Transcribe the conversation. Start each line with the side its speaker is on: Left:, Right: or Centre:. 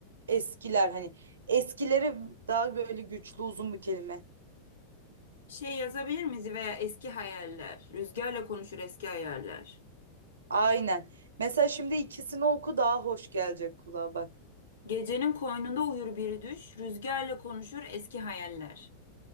Right: eskiler hani eskileri daha böyle güçlü uzun bir kelime.
Left: Şey yazabilir miyiz veya eski hayaller. Rüzgarla konuşur eski hayaller.
Right: Aynen. Mesela şimdi ikisini oku daha hoş gelecek kulağa bak.
Left: Gecenin koynunda uyur bir düş, rüzgarla konuşur eski hayaller.